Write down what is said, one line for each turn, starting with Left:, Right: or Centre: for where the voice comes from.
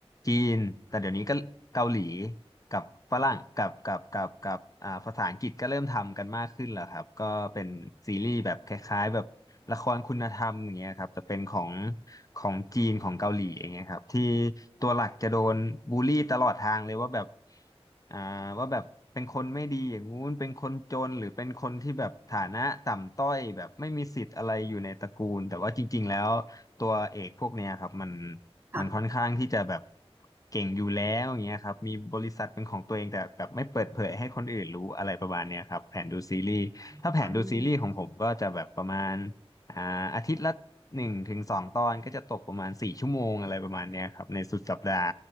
Left: จีน แต่เดี๋ยวนี้ก็เกาหลีกับฝรั่งกับกับกับกับอ่าภาษาอังกฤษก็เริ่มทำกันมากขึ้นแล้วครับ ก็เป็นซีรีส์แบบคล้ายๆแบบ ละครคุณธรรมอย่างเงี้ยครับจะเป็นของของจีนของเกาหลีอย่างเงี้ยครับที่ตัวหลักจะโดนบูลลี่ตลอดทางเลยว่าแบบอ่าว่าแบบเป็นคนไม่ดีอย่างงู้นเป็นคนจนหรือเป็นคนที่แบบฐานะต่ำต้อยแบบไม่มีสิทธิ์อะไรอยู่ในตระกูลแต่ว่าจริงๆแล้วตัวเอกพวกเนี้ยครับมัน
Right: ค่ะ
Left: มันค่อนข้างที่จะแบบเก่งอยู่แล้วอย่างเงี้ยครับมีบริษัทเป็นของตัวเองแต่แบบไม่เปิดเผยให้คนอื่นรู้อะไรประมาณเนี้ยครับแผนดูซีรีส์ถ้าแผนดูซีรีส์ของผมก็จะแบบประมาณ
Right: อืม
Left: อ่าอาทิตย์ละหนึ่งถึงสองตอนก็จะตกประมาณสี่ชั่วโมงอะไรประมาณเนี้ยครับในสุดสัปดาห์